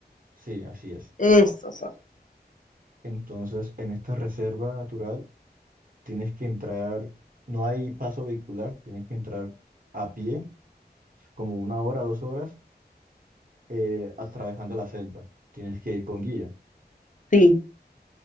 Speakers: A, on the right (about 55°); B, on the left (about 50°).
A: Sí, así es.
B: Eso son,
A: Entonces, en esta reserva natural tienes que entrar, no hay paso vehicular, tienes que entrar a pie, como una hora, dos horas, eh, atravesando la selva. Tienes que ir con guía.
B: sí.